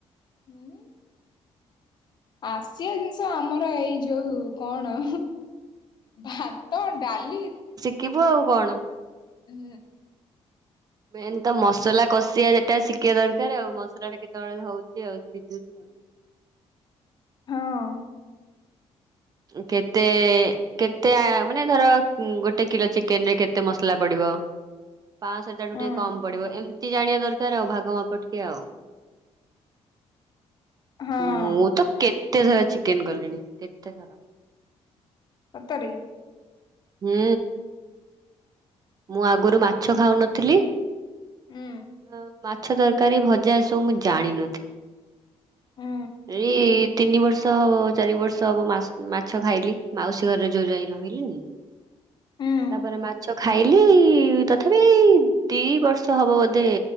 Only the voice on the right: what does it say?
କିବୁ ଆଉ କଣ?
<inaudible> ମେନ୍ ତ ମସଲା କଷିିବା ଯେଟା ଶିଖିବା ଦରକାର ଆଉ ମସଲା ଟା କେତେବେଳେ ହଉଛି ଆଉ ସିଝୁଛି ଆଉ।
କେତେ କେତେ ମାନେ ଧର ଗୋଟେ କିଲୋ ଚିକେନ ରେ କେତେ ମସଲା ପଡିବ? ପାଁଶହ ତାଠୁ
ଟିକେ କମ ପଡିବ, ଏମିତି ଜାଣିବା ଦରକାର ଆଉ ଭାଗ ମାପ ଟିକେ ଆଉ।
ମୁଁ ତ କେତେ ଥର ଚିକେନ କଲିଣି କେତେଥର।
ହୁଁ। ମୁଁ ଆଗରୁ ମାଛ ଖାଉନଥିଲି,
ମା ମାଛ ତରକାରୀ ଭଜା ଏସବୁ ମୁଁ ଜାଣିନଥିଲି,
ଏଇ ତିନି ବର୍ଷ ଷ ହବ ଚାରି ବର୍ଷ ହବ ମାସ ମାଛ ଖାଇଲି ମାଉସୀ ଘରେ ଯୋଉ ଯାଇ ରହିଲିନି।
ତାପରେ ମାଛ ଖାଇଲି ତଥାପି ଏଇ ଦି ବର୍ଷ ହବ ବୋଧେ